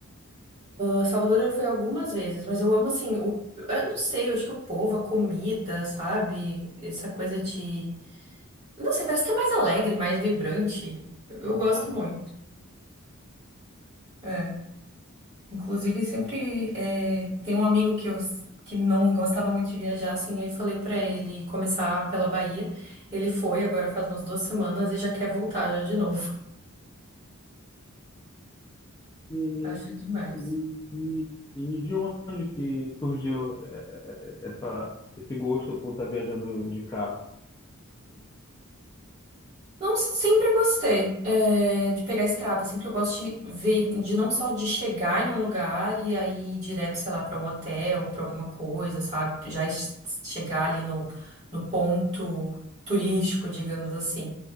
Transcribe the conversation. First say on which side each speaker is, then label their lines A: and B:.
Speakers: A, on the right; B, on the left.
A: Ah, Salvador eu fui algumas vezes, mas eu amo assim, o, eu não sei, eu acho que o povo, a comida, sabe? Essa coisa de, eu não sei, parece que é mais alegre, mais vibrante. Eu, eu gosto
B: Ah,
A: muito. É. Inclusive, sempre eh, tem um amigo que eu s- que não gostava muito de viajar, assim, aí falei pra ele começar pela Bahia. Ele foi agora faz umas duas semanas e já quer voltar já de novo.
B: E,
A: <laughs> Acho demais.
B: e, e de onde que surgiu eh, essa, esse gosto por estar viajando de carro?
A: Não, sempre gostei, é, de pegar a estrada, sempre eu gosto de ver, de não só de chegar em um lugar e aí ir direto, sei lá, para um hotel, para alguma coisa, sabe? Já es- chegar ali no, no ponto turístico, digamos assim.